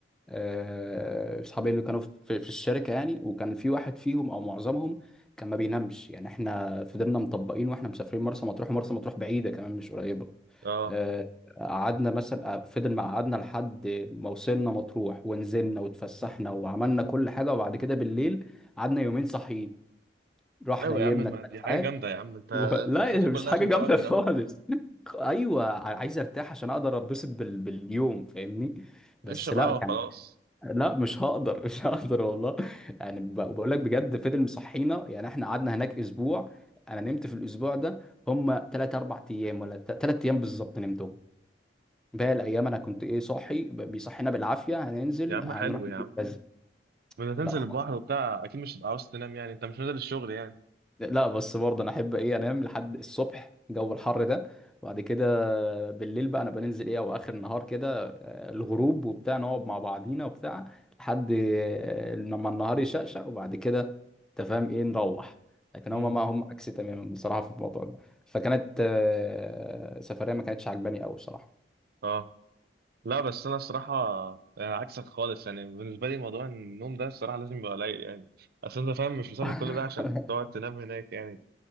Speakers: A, in the centre; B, on the right.
A: آه، اصحابي اللي كانوا في في الشركه يعني وكان في واحد فيهم او معظمهم كان ما بينامش يعني احنا فضلنا مطبقين واحنا مسافرين مرسى مطروح ومرسى مطروح بعيده كمان مش قريبه
B: اه
A: آه، قعدنا مثلا آه، فضل ما قعدنا لحد ما وصلنا مطروح ونزلنا واتفسحنا وعملنا كل حاجه وبعد كده بالليل قعدنا يومين صاحيين رحنا
B: ايوه
A: نيمنا
B: يا عم ما
A: ثلاث
B: دي حاجه
A: ساعات
B: جامده يا عم
A: <laughs>
B: انت انت
A: و... لا
B: مسافر كل
A: مش
B: ده
A: حاجه
B: عشان
A: جامده
B: تقعد تنام
A: خالص <laughs> ايوه عايز ارتاح عشان اقدر اتبسط بال... باليوم فاهمني بس
B: اشرب
A: لا
B: قهوه
A: كان
B: وخلاص
A: لا مش هقدر مش هقدر والله يعني ب- بقول لك بجد فضل مصحينا يعني احنا قعدنا هناك اسبوع انا نمت في الاسبوع ده هم 3 4 ايام ولا 3 ايام بالظبط نمتهم باقي الايام انا كنت ايه صاحي ب- بيصحينا بالعافيه هننزل
B: يا عم
A: هنروح
B: حلو يا
A: نجيب
B: عم
A: كذا
B: بدنا تنزل
A: لا
B: البحر وبتاع اكيد مش هتبقى عاوز تنام يعني انت مش نازل الشغل يعني
A: لا بس برضه انا احب ايه انام لحد الصبح جو الحر ده وبعد كده بالليل بقى انا بننزل ايه او اخر النهار كده آه، الغروب وبتاع نقعد مع بعضينا وبتاع لحد آه، لما النهار يشقشق وبعد كده انت فاهم ايه نروح لكن
B: امم
A: هما ما هم عكسي تماما بصراحة في الموضوع ده فكانت آه، سفرية ما كانتش عجباني قوي بصراحة
B: اه لا بس انا الصراحه يعني عكسك خالص يعني بالنسبه لي موضوع النوم ده الصراحه لازم يبقى قليل يعني اصل انت فاهم مش مسافر
A: <laughs>
B: كل ده عشان تقعد تنام هناك يعني